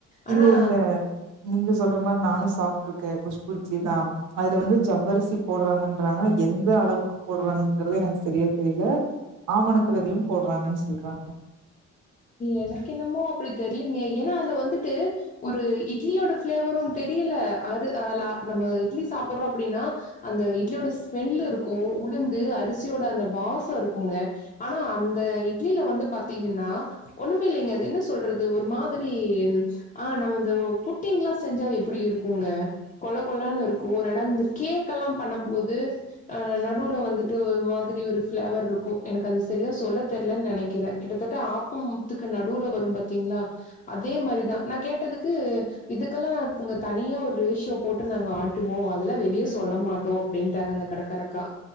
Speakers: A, on the right; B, on the left.
A: இல்ல
B: ஆனா
A: இல்ல நீங்க சொல்ற மார் நானு சாப்ட்ருக்கே குஷ்பு இட்லிதா அதுல வந்து ஜவ்வருசி போட்றாங்கன்றாங்க எந்த அளவுக்கு போட்றாங்கங்கறதே எனக் சரியா தெரில ஆமனுக்கு வெதையு போட்றாங்கன் சொல்றா
B: எனக்கு என்னமோ அப்டி தெர்லிங்கே ஏனா அதுல வந்துட்டு ஒரு இட்லியோட ஃப்லேவரு தெரியல அது அ லா நம்ம இட்லி சாப்பறோ அப்படின்னா அந்த இட்லியோட ஸ்மெல்லு இருக்கு உளுந்து அரிசியோட அந்த வாசோ இருக்குங்க ஆனா அந்த இட்லில வந்து பாத்தீங்கின்னா ஒண்ணுமே இல்லங்க அது என்ன சொல்றது ஒரு மாதிரி இன் ஆ நம்ம இந்த புட்டிங்லா செஞ்சா எப்டி இருக்குங்க கொழ கொழன்னு இருக்கு ரெணந்து கேக் எல்லா பண்ண போது அ நடுவுல வந்துட்டு ஒரு மாதிரி ஒரு ப்ளேவர் இருக்கு எனக்கு அது செரியா சொல்ல தெர்லன் நெனைக்கிற கிட்டத்தட்ட ஆப் ப் முத்துக்கு நடுவுல வரு பாத்தீங்ளா அதே மாரிதா நா கேட்டதுக்கு இதுக்கெல்லா நாங்க தனியா ஒரு ரேசியோ போட்டு நாங்க ஆட்டுவோ அதெல்லா வெளிய சொல்ல மாட்டோ அப்டின்ட்டாங்கங்க கடகரக்கா